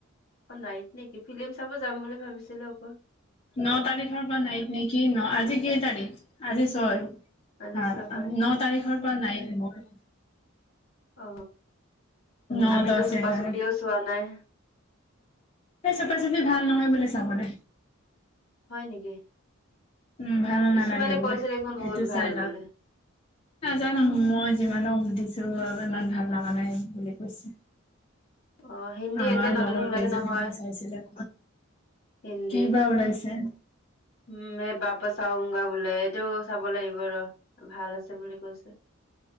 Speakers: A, on the left; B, on the left.
A: অ, নাইত নেকি ফিলি্ম চাব যাম বুলি ভাবিছিলো অকৌ।
B: ন, তাৰিখৰ পৰা নাইত নেকি ন, আজি কেই তাৰিখ আজি ছয়। ভ
A: আজি ছয়
B: ন তাৰিখৰ পৰা নাই মোৰ।
A: অ,
B: ন
A: আমিতো
B: দহ
A: চোপা
B: এঘাৰ
A: চুপিও চোৱা নাই।
B: স, চফা চফি ভাল নহয় বুলি চাবলৈ।
A: হয় নেকি।
B: উম, ভাল
A: কিছুমানে
B: নালাগে বোলে
A: কৈছে দেখোন
B: সেইটো
A: বহুত ভাল
B: চাই লা।
A: বুলি
B: নাজানো মই যিমানক সুধিছো ইমান ভাল নাজানে বুলি কৈছে।
A: অ হিন্দী
B: আমাৰ
A: এতিয়া নতুন
B: লগৰ
A: ওলাইছে
B: কেইজনী
A: নহয়
B: মানে চাইছিলে
A: হিন্দী
B: কবা ওলাইছে।
A: উম, এই বাপ চাওগা বোলে এইটো চাব লাগিব ৰ ভাল আছে বুলি কৈছে।